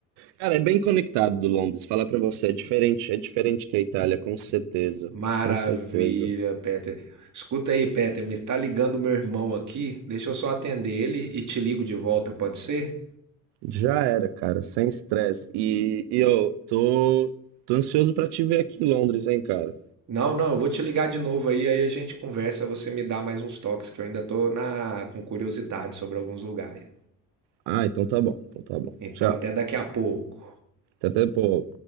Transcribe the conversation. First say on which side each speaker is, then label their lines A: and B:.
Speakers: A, on the right (about 80°); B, on the right (about 50°).
A: Cara, é bem conectado Londres. Falar pra você, é diferente, é diferente que a Itália, com certeza.
B: Maravilha,
A: Com certeza.
B: Peter. Escuta aí, Peter, me está ligando meu irmão aqui. Deixa eu só atender ele e te ligo de volta, pode ser?
A: Já era, cara, sem estresse. E, e eu tô, tô ansioso pra te ver aqui em Londres, hein, cara.
B: Não, não, eu vou te ligar de novo aí, aí a gente conversa, você me dá mais uns toques que eu ainda tô na com curiosidade sobre alguns lugares.
A: Ah, então tá bom, então tá bom.
B: Então
A: Tchau.
B: até daqui a pouco.
A: Até depois.